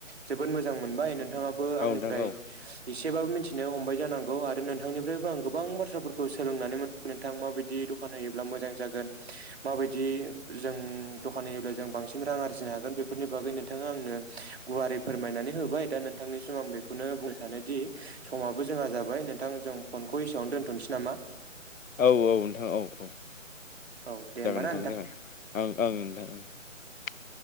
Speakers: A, on the right; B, on the left.
A: जोबोद मोजां मोनबाय नोथांआबो
B: औ
A: आंनिफ्राय
B: नोंथां औ
A: एसेबाबो मिथि मिथिनो हमबाय जानांगौ आरो नोंथांनिफ्रायबो आं गोबां बाथ्राफोरखौ सोलोंनानै मोनो। नोंथां माबायदि दखान होयोब्ला मोजां जागोन माबायदि जों दखान होयोब्ला जों बांसिन रां आरजिनो हागोन बेफोरनि बागै नोंथाङा आंनो गुवारै फोरमायनानै होबाय दा नोंथांनि सम आं बेखौ बेखौनो बुंनो सानोदि समाबो जोंहा जाबाय नोंथां जों फनखौ एसेआवनो दोन्थ'नोसै नामा
B: औ औ नोंथां औ औ।
A: औ दे होमबा
B: जागोन
A: ना
B: नोंथां जागोन नोंथांं औ औ।